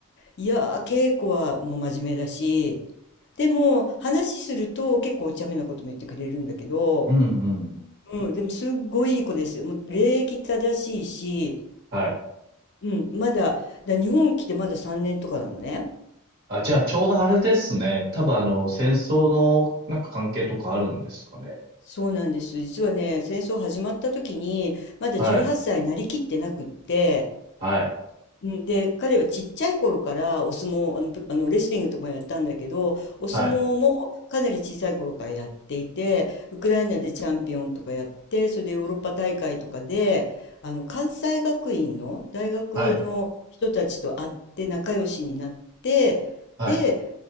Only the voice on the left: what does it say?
いやー、稽古はもう真面目だし、でも、話すると結構お茶目なことも言ってくれるんだけど、
うん、でもすっごいいい子ですよ。もう礼儀正しいし、
うん、まだ、だ日本来てまだ3年とかなのね。
そうなんです。実はね、戦争始まった時に、まだ18歳なりきってなくって、
うん、で、彼はちっちゃい頃からお相撲、あの、ぷあのレスリングとかもやったんだけど、お相撲もかなり小さい頃からやっていて、
ウクライナでチャンピオンとかやって、それでヨーロッパ大会とかで、あの、関西学院の大学の人たちと会って仲良しになって、
で